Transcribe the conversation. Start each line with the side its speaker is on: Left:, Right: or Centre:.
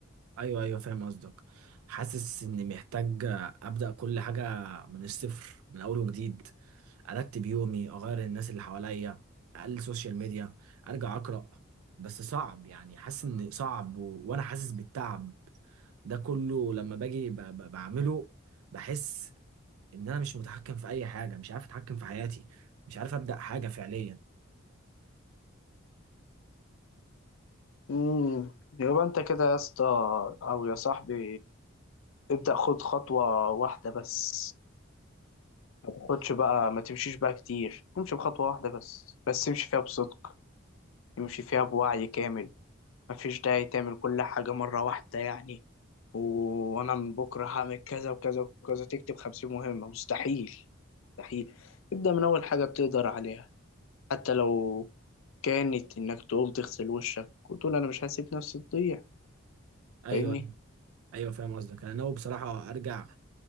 Right: ايوه ايوه فاهم قصدك حاسس اني محتاج ابدا كل حاجه من الصفر من اول وجديد ارتب يومي اغير الناس اللي حواليا اقلل السوشيال ميديا ارجع اقرا بس صعب يعني حاسس ان صعب و... وانا حاسس بالتعب ده كله لما باجي ب... ب... بعمله بحس ان انا مش متحكم في اي حاجه مش عارف اتحكم في حياتي مش عارف ابدا حاجه فعليا
Left: امم يبقى انت كده يا اسطى او يا صاحبي ابدأ خد خطوة واحدة بس ما تاخدش بقى ما تمشيش بقى كتير امشي بخطوة واحدة بس بس امشي فيها بصدق امشي فيها بوعي كامل مفيش داعي تعمل كل حاجة مرة واحدة يعني و- وانا من بكرة هعمل كذا وكذا وكذا تكتب خمسين مهمة مستحيل مستحيل ابدأ من اول حاجة بتقدر عليها حتى لو كانت انك تقوم تغسل وشك وتقول انا مش هسيب نفسي تضيع
Right: ايوه
Left: فاهمني
Right: ايوه فاهم قصدك انا ناوي بصراحه ارجع